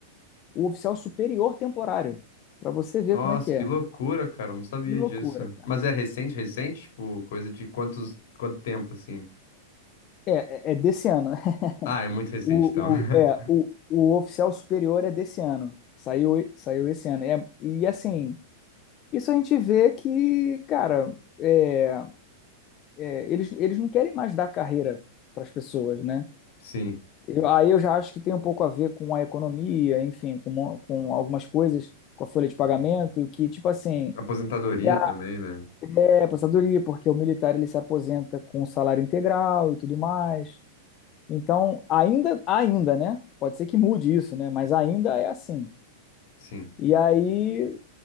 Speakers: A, on the left (about 25°); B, on the left (about 60°).
A: o oficial superior temporário, para você ver
B: Nossa,
A: como é que
B: que
A: é.
B: loucura, cara. Eu não sabia
A: Que loucura,
B: disso.
A: cara.
B: Mas é recente, recente? Tipo, coisa de quantos, quanto tempo, assim?
A: É, é, é desse ano. <laughs>
B: Ah, é muito recente,
A: O,
B: então. <laughs>
A: o, é, o, o oficial superior é desse ano. Saiu, saiu esse ano. É, e assim, isso a gente vê que, cara, é, é, eles, eles não querem mais dar carreira para as pessoas, né?
B: Sim.
A: Eu- aí eu já acho que tem um pouco a ver com a economia, enfim, com, mo- com algumas coisas, com a folha de pagamento, que tipo assim,
B: Aposentadoria
A: e a,
B: também, né?
A: é aposentadoria, porque o militar ele se aposenta com um salário integral e tudo mais. Então, ainda, ainda, né? Pode ser que mude isso, né? Mas ainda é assim.
B: Sim.
A: E aí,